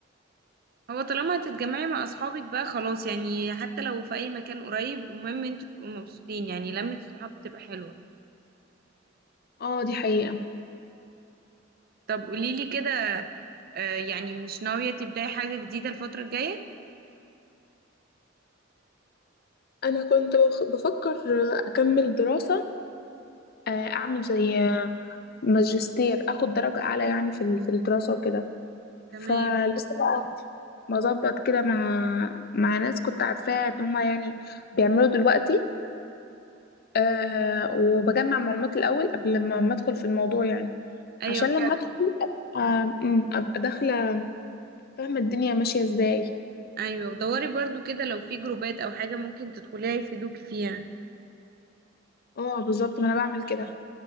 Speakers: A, on the right; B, on the left.
A: هو طالما هتتجمعي مع أصحابك بقى خلاص يعني حتى لو في أي مكان قريب المهم انتوا تبقوا مبسوطين يعني لمة الصحاب بتبقى حلوة
B: اه دي حقيقة
A: طب قوليلي كده آه، يعني مش ناوية تبدأي حاجة جديدة الفترة الجاية؟
B: انا كنت بخ- بفكر اكمل دراسة آه، اعمل زي ماجستير اخد درجة اعلى يعني في ال- في الدراسة وكده
A: تمام
B: فلسه بقى مظبط كده مع مع ناس كنت عارفاها ان هما يعني بيعملوا دلوقتي أه وبجمع معلومات الاول قبل ما ما ادخل في الموضوع يعني
A: أيوه
B: عشان
A: فعلا
B: لما ادخل ابقى أم، أبقى داخله فاهمه الدنيا ماشيه ازاي
A: ايوه ودوري برضو كده لو في جروبات او حاجه ممكن تدخليها يفيدوكي فيها
B: اه بالظبط ما انا بعمل كده